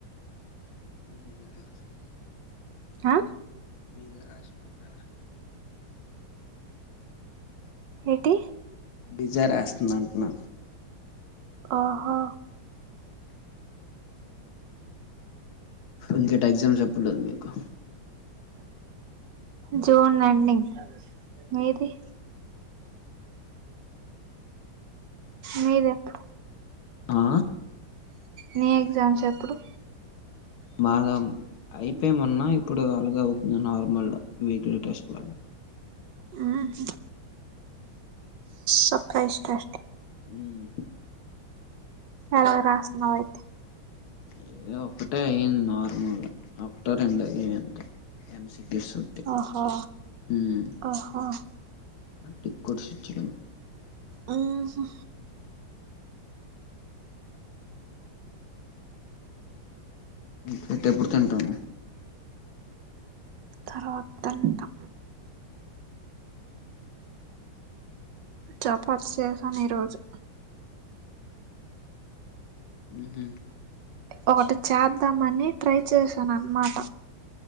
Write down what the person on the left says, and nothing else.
<unintelligible>
మీదె రాష్త్ <unintelligible>
డిజారేస్తున్నంట్నాన్
<unintelligible> ఎగ్జామ్స్ <unintelligible> మీకు
ఆ
మాగం ఐపే మొన్న ఇప్పుడు అలగవ్ నార్మల్ వీక్లీ టెస్ట్ లాగ
హ్మ్
ఇ ఒకటే అయ్యింద్ నార్మల్గా ఒక్టో రెండొ ఐనయ్ అంతె ఎమ్స్ గిసుత్తే
హ్మ్
మట్టి కుర్షిచ్చిడ
హ్మ్ పెట్టేప్పుడు తింటానే
హ్మ్ హు